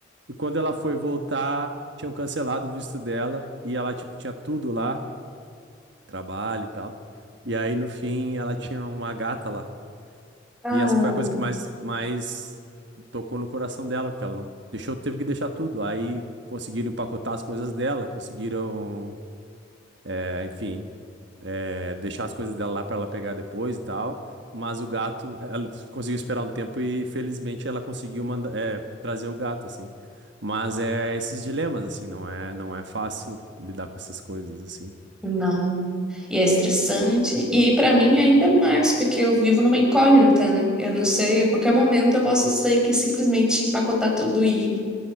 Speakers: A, on the right; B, in the centre.
A: E quando ela foi voltar, tinham cancelado o visto dela e ela tipo tinha tudo lá, trabalho e tal. E aí no fim ela tinha uma gata lá.
B: Ah,
A: E essa foi a coisa que mais mais tocou no coração dela, porque ela não deixou, teve que deixar tudo. Aí conseguiram empacotar as coisas dela, conseguiram, eh, enfim é, deixar as coisas dela lá para ela pegar depois e tal. Mas o gato, ela conseguiu esperar um tempo e felizmente ela conseguiu manda, é, trazer o gato, assim. Mas é esses dilemas, assim, não é, não é fácil lidar com essas coisas, assim.
B: não. E é estressante. E para mim é ainda mais, porque eu vivo numa incógnita, né? Eu não sei, a qualquer momento eu posso sair aqui e simplesmente empacotar tudo e